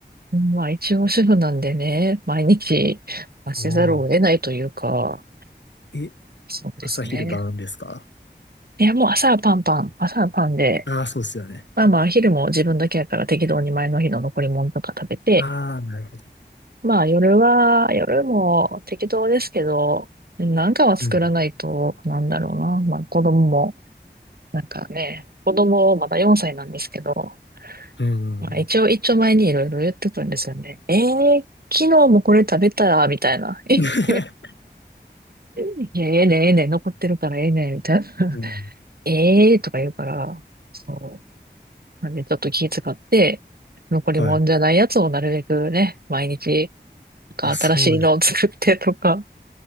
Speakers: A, on the right (about 60°); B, on the left (about 90°).
A: まあ、一応主婦なんでね、毎日、まあ、せざるを得ないというか、
B: ああ。え、
A: そうですね。
B: 朝昼晩ですか
A: いや、もう朝はパンパン、朝はパンで、
B: ああー、そうですよね。
A: まあまあ、昼も自分だけやから適当に前の日の残り物とか食べて、
B: ああ、なるほど。
A: まあ、夜は、夜も適当ですけど、なんかは作らないと、
B: うん。
A: なんだろうな。まあ、子供も、なんかね、子供まだ4歳なんですけど、
B: うん。
A: まあ、一応、
B: うん。
A: 一丁前にいろいろ言ってくるんですよね。えー、昨日もこれ食べたら、みたいな。<laughs>
B: <laughs>
A: いや、ええねん、ええねん、残ってるからええねん、みたいな。
B: うん。
A: ええー、とか言うから、そう。なんで、ちょっと気遣って、残りもんじゃないやつをなるべくね、
B: <laughs> はい。
A: 毎日、
B: あ、
A: なんか新しいのを作ってとか、
B: そうね。